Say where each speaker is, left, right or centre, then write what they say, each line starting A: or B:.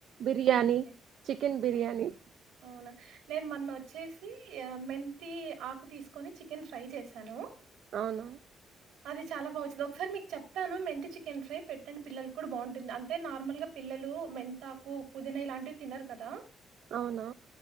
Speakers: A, on the right; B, on the right.
A: బిర్యానీ
B: ఓకే
A: చికెన్ బిర్యానీ
B: అవునా నేను మొన్న వచ్చేసి మెంతి ఆకు తీసుకొని చికెన్ ఫ్రై చేశాను
A: అవున
B: అది చాలా బా వచ్చింది ఒకసారి మీకు చెప్తాను మెంతి చికెన్ ఫ్రై పెట్టండి పిల్లలు కూడా బాగుంటుంది అంటే నార్ల్గా పిల్లలు మెంతాకు పుదీనా ఇలాంటివి తిన్నారు కదా
A: అవునా